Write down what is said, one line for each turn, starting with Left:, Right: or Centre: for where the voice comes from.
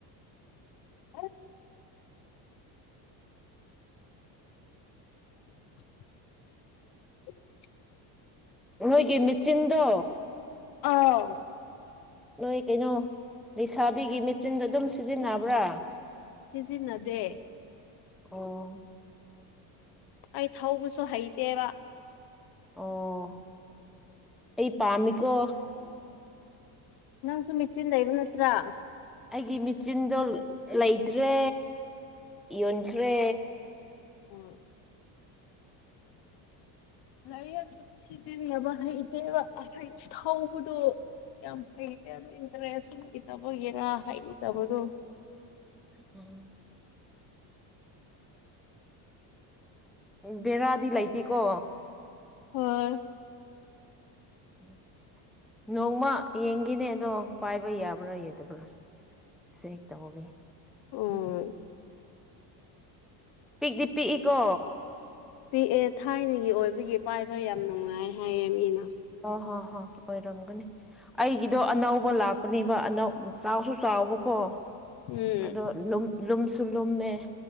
Left: ꯑ <inaudible>
Centre: ꯅꯣꯏꯒꯤ ꯃꯦꯆꯤꯟꯗꯣ
Left: ꯑꯥꯎ
Centre: ꯅꯣꯏ ꯀꯩꯅꯣ ꯂꯩꯁꯥꯕꯤꯒꯤ ꯃꯦꯆꯤꯟꯗꯣ ꯑꯗꯨꯝ ꯁꯤꯖꯤꯟꯅꯕ꯭ꯔꯥ
Left: ꯁꯤꯖꯤꯟꯅꯗꯦ
Centre: ꯑꯣ
Left: ꯑꯩ ꯊꯧꯕꯁꯨ ꯍꯩꯇꯦꯕ
Centre: ꯑꯣ ꯑꯩ ꯄꯥꯃꯤꯀꯣ
Left: ꯅꯪꯁꯨꯨ ꯃꯦꯆꯤꯟ ꯂꯩꯕ ꯅꯠꯇ꯭ꯔ
Centre: ꯑꯩꯒꯤ ꯃꯦꯆꯤꯟꯗꯣ ꯂꯩꯇ꯭ꯔꯦ ꯌꯣꯟꯈ꯭ꯔꯦ
Left: ꯎꯝ ꯂꯩꯋꯦ ꯑꯗꯨꯝ ꯁꯤꯖꯤꯟꯅꯕ ꯍꯩꯇꯦꯕ ꯍꯩ ꯊꯧꯕꯗꯣ ꯌꯥꯝ ꯍꯩꯇꯦ ꯑꯗꯨ ꯏꯟꯇ꯭ꯔꯦꯁ ꯁꯨ ꯂꯩꯇꯕꯒꯤꯔ ꯍꯩꯇꯕ ꯑꯗꯨ
Centre: ꯎꯝ ꯕꯦꯔꯥꯗꯤ ꯂꯩꯇꯦꯀꯣ
Left: ꯍꯣꯏ
Centre: <inaudible> ꯅꯣꯡꯃ ꯌꯦꯡꯒꯤꯅꯦ ꯑꯗꯣ ꯄꯥꯏꯕ ꯌꯥꯕ꯭ꯔꯥ ꯌꯥꯗꯕ꯭ꯔꯥ ꯆꯦꯛ ꯇꯧꯒꯦ
Left: ꯎꯝ
Centre: ꯄꯤꯛꯇꯤ ꯄꯤꯛꯏꯀꯣ
Left: ꯄꯤꯑꯦ ꯊꯥꯏꯅꯒꯤ ꯑꯣꯏꯕꯒꯤ ꯄꯥꯏꯕ ꯌꯥꯝ ꯅꯨꯡꯉꯥꯏ ꯍꯥꯏꯌꯦ ꯃꯤꯅ
Centre: ꯑꯣ ꯍꯣ ꯍꯣꯏ ꯑꯣꯏꯔꯝꯒꯅꯤ ꯑꯩꯒꯤꯗꯣ ꯑꯅꯧꯕ ꯂꯥꯛꯄꯅꯦꯕ ꯑꯅꯧ ꯆꯥꯎꯁꯨ ꯆꯥꯎ ꯆꯥꯎꯕꯀꯣ
Left: ꯎꯝ
Centre: ꯑꯗꯣ ꯂꯨꯝ ꯂꯨꯝꯁꯨ ꯂꯨꯝꯃꯦ